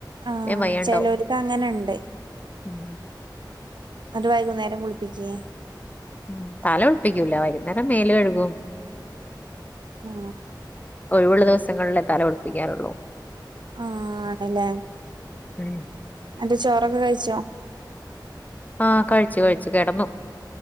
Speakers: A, on the right (about 70°); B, on the left (about 20°).
A: ആ
B: വേം വയ്യാണ്ടാവും
A: ചിലർക്ക് അങ്ങനെണ്ട്
B: ഉം
A: ന്നട്ട് വൈകുന്നേരം കുളിപ്പിക്കെ
B: ഉം തല കുളിപ്പിക്കൂല വൈകുന്നേരം മേല് കഴുകും
A: ആ
B: ഒഴിവുള്ള ദിവസങ്ങളിലെ തല കുളിപ്പിക്കാറുള്ളൂ
A: ആ ആണല്ലേ
B: ഉം
A: ന്നട്ട് ചോറൊക്കെ കഴിച്ചോ
B: ആഹ കഴിച്ചു കഴിച്ചു കിടന്നു.